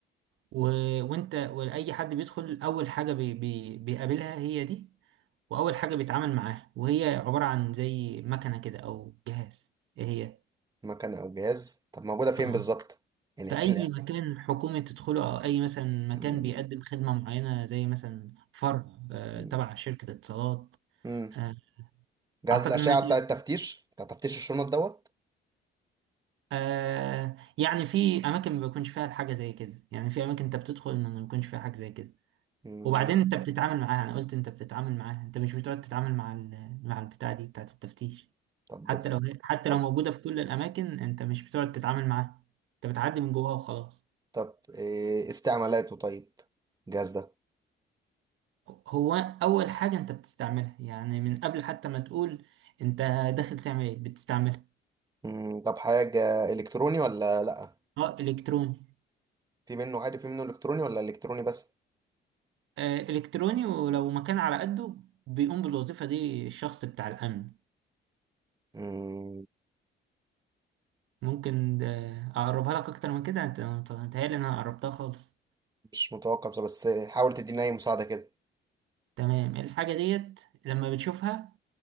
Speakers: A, on the right (about 80°); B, on the right (about 20°).
A: و... وأنت وأي حد بيدخل أول حاجة بي... بي... بيقابلها هي دي وأول حاجة بيتعامل معاها وهي عبارة عن زي مكنة كده أو جهاز إيه هي؟
B: مكان او جهاز طب موجودة فين
A: آه.
B: بالظبط يعني
A: في
B: احكي
A: أي
B: لي
A: مكان حكومي تدخله أو أي مثلا مكان
B: مم،
A: بيقدم خدمة معينة زي مثلا فرع آه،
B: مم،
A: تبع شركة اتصالات
B: مم.
A: آه،
B: جهاز
A: أعتقد
B: الأشعة
A: إنها
B: بتاع التفتيش بتاع تفتيش الشنط دوت
A: آه يعني في اماكن ما بيكونش فيها الحاجه زي كده يعني في اماكن انت بتدخل ما ما بيكونش فيها حاجه زي كده
B: مم،
A: وبعدين انت بتتعامل معاها انا قلت انت بتتعامل معاها انت مش بتقعد تتعامل مع ال- مع البتاع دي بتاعه التفتيش
B: طب
A: حتى
B: بتس...
A: لو هي حتى
B: طب
A: لو موجوده في كل الاماكن انت مش بتقعد تتعامل معاها انت بتعدي من جواها وخلاص
B: طب إيه استعمالاته طيب الجهاز ده
A: هو اول حاجه انت بتستعملها يعني من قبل حتى ما تقول انت داخل تعمل ايه بتستعملها
B: مم، طب حاجة إلكتروني ولا لأ؟
A: اه الكتروني
B: في منه عادي وفي منه إلكتروني ولا إلكتروني بس؟
A: آه الكتروني ولو مكان على قده بيقوم بالوظيفه دي الشخص بتاع الامن
B: مم،
A: ممكن ده اقربها لك اكتر من كده انت انت متهيألي ان انا قربتها خالص
B: مش متوقع بصراحة بس حاول تديني أي مساعدة كده
A: تمام إيه الحاجه ديت لما بتشوفها